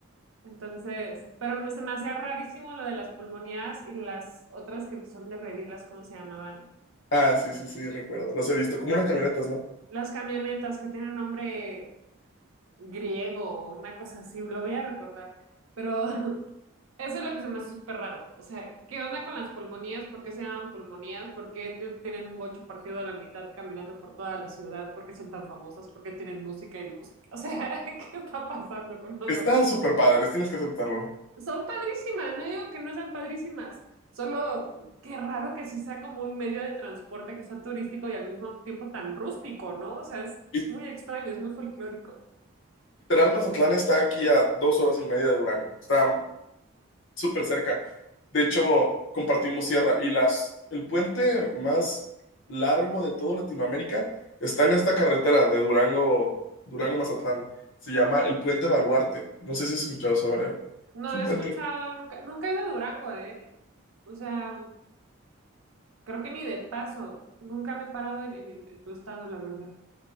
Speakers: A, on the right; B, on the left.
A: Entonces, pero se me hacía rarísimo lo de las pulmonías y las otras que son de redilas, ¿cómo se llamaban?
B: Ah, sí, sí, sí, recuerdo, los he visto, como unas camionetas, ¿no?
A: Las camionetas que tienen nombre griego, una cosa así, lo voy a recordar. Pero <laughs> eso es lo que se me hace súper raro. O sea, ¿qué onda con las pulmonías? ¿Por qué se llaman pulmonías? ¿Por qué te- tienen un bocho partido de la mitad caminando por toda la ciudad? ¿Por qué son tan famosas? ¿Por qué tienen música y luz? O sea, <laughs> ¿qué está pasando con los
B: Están súper padres, tienes que aceptarlo.
A: Son padrísimas, no digo que no sean padrísimas, solo qué raro que sí sea como un medio de transporte que sea turístico y al mismo tiempo tan rústico, ¿no? O sea, es,
B: Y
A: es muy extraño, es muy folclórico.
B: literal, Mazatlán está aquí a dos horas y media de Durango, está súper cerca. De hecho, compartimos sierra y las, el puente más largo de toda Latinoamérica está en esta carretera de Durango, Durango-Mazatlán. Se llama el Puente Baluarte. No sé si has escuchado sobre él.
A: No
B: Es un
A: he escuchado,
B: puente.
A: nunca, nunca he ido a Durango, ¿eh? O sea, creo que ni de paso, nunca me he parado en, en, en- en tu estado, la verdad.